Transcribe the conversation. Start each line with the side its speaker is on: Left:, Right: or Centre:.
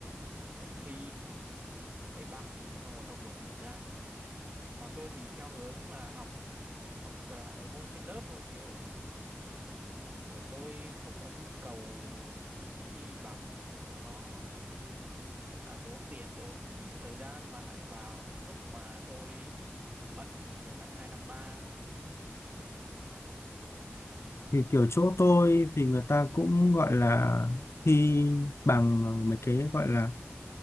Right: ông thi lấy bằng xong rồi ông đổi điểm ra còn tôi thì theo hướng là học học à, mấy môn trên lớp thôi kiểu kiểu tôi không có nhu cầu đi thi bằng cho nó à, tốn tiền tốn thời gian mà lại vào những lúc mà tôi bận nữa, kiểu năm hai năm ba ấy ừ
Left: Thì kiểu chỗ tôi thì người ta cũng gọi là thi bằng mấy cái gọi là